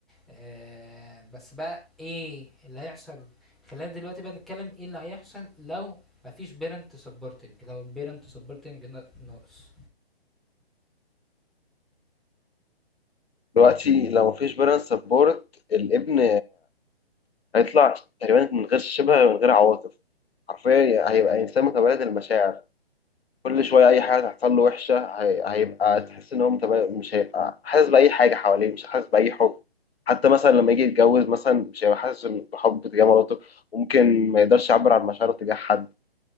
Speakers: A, in the centre; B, on the left (about 70°).
A: آه بس بقى ايه اللي هيحصل خلينا دلوقتي بقى نتكلم ايه اللي هيحصل لو مفيش بيرنت سبورتنج لو البيرنت سبورتنج ناقص
B: دلوقتي لو مفيش بيرنس سبورت الابن هيطلع تقريبا من غير شبه من غير عواطف حرفيا هيبقى انسان متبلد المشاعر كل شويه اي حاجه تحصل له وحشه هي... هيبقى تحس ان هو متبلد مش هيبقى حاسس باي حاجه حواليه مش حاسس باي حب حتى مثلا لما يجي يتجوز مثلا مش هيبقى حاسس بحب تجاه مراته ممكن ما يقدرش يعبر عن مشاعره تجاه حد